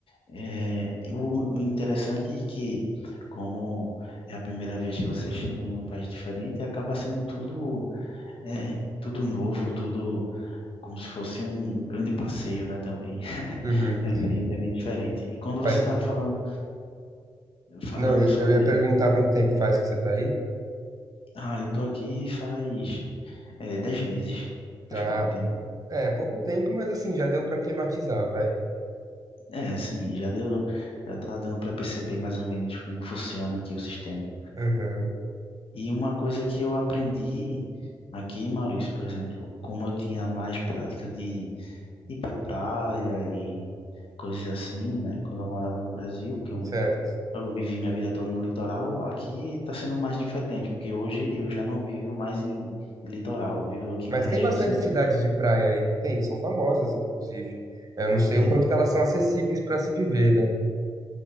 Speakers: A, on the left; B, on the right.
A: É, o, o interessante é que, como é a primeira vez que você chega em um país diferente, acaba sendo tudo, é, tudo novo, tudo. como se fosse um grande passeio, né, também. <laughs>
B: Uhum.
A: É bem, é bem diferente. E quando
B: Faz
A: você estava falando, falando
B: Não, eu
A: sobre,
B: eu ia perguntar quanto tempo faz que você tá aí.
A: ah, eu tô aqui faz é, 10 meses, faz
B: Ah,
A: pouco tempo.
B: é, pouco tempo, mas assim, já deu pra climatizar, vai.
A: É, sim, já deu, já tá dando para perceber mais ou menos como funciona aqui o sistema.
B: Aham,
A: E uma coisa que eu aprendi aqui, Maurício, por exemplo, como eu tinha mais prática de ir para praia e coisas assim, né, quando eu morava no Brasil, que eu
B: certo.
A: Eu vivi minha vida toda no litoral. Aqui está sendo mais diferente, porque hoje eu já não vivo mais em litoral. Eu vivo aqui
B: Mas
A: na região
B: tem bastante
A: central.
B: cidade de praia aí, não tem? São famosas, inclusive. Eu não sei
A: Tem,
B: o quanto que elas são acessíveis pra se viver, né?